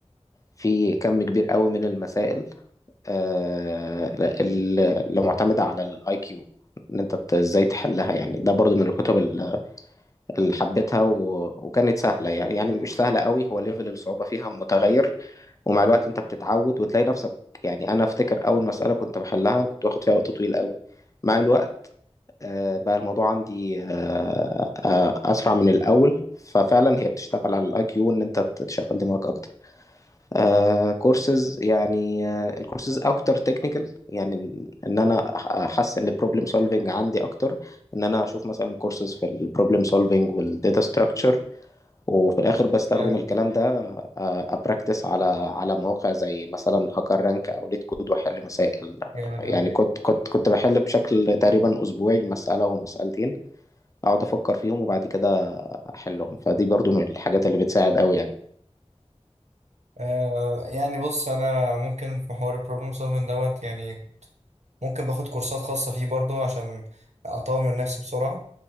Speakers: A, on the left (about 30°); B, on the right (about 85°).
A: في كم كبير قوي من المسائل آه، ال- اللي معتمدة على الاي كيو ان انت ت- ازاي تحلها يعني ده برضو من الكتب ال- اللي حبيتها و... وكانت سهلة يعني يعني مش سهلة قوي هو ليفل الصعوبة فيها متغير ومع الوقت انت بتتعود وتلاقي نفسك يعني انا افتكر اول مسألة كنت بحلها كنت واخد فيها وقت طويل قوي مع الوقت آه، بقى الموضوع عندي آه، آه، اسرع من الاول ففعلا هي بتشتغل على الاي كيو ان انت تشغل دماغك اكتر آه كورسز يعني آه، الكورسز اكتر تكنيكال يعني ان إن انا أح- احسن البروبلم سولفنج عندي اكتر ان انا اشوف مثلا كورسز في البروبلم سولفنج والداتا ستراكشر وفي الاخر بستخدم
B: جامد
A: الكلام ده آه، ابراكتس على على مواقع زي مثلا هاكر رانك او ليت كود واحل مسائل
B: جامد
A: يعني
B: أوي
A: كنت كنت كنت بحل بشكل تقريبا اسبوعي مساله ومسالتين اقعد افكر فيهم وبعد كده احلهم فدي برضو من الحاجات اللي بتساعد قوي يعني
B: آه يعني بص أنا ممكن في حوار البروبلم سولفنج دوت يعني ممكن باخد كورسات خاصة فيه برضو عشان أطور من نفسي بسرعة